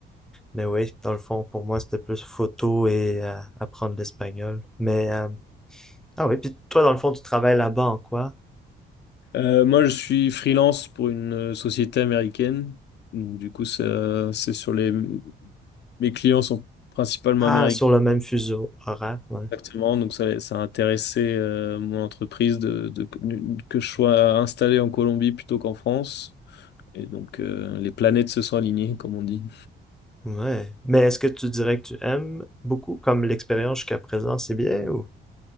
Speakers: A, in the centre; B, on the left.
A: mais oui, dans le fond pour moi c'était plus photo et euh, apprendre l'espagnol. Mais euh, Ah oui, puis toi, dans le fond, tu travailles là-bas en quoi?
B: Euh, moi, je suis freelance pour une euh, société américaine. Donc, du coup, ça- c'est sur les... Mes clients sont principalement
A: Ah,
B: américains,
A: sur le même fuseau horaire, ouais.
B: exactement. Donc, ça, ça a intéressé euh, mon entreprise de, de- que je sois installé en Colombie plutôt qu'en France. Et donc, euh, les planètes se sont alignées, comme on dit.
A: Ouais. Mais est-ce que tu dirais que tu aimes beaucoup, comme l'expérience jusqu'à présent, c'est bien ou?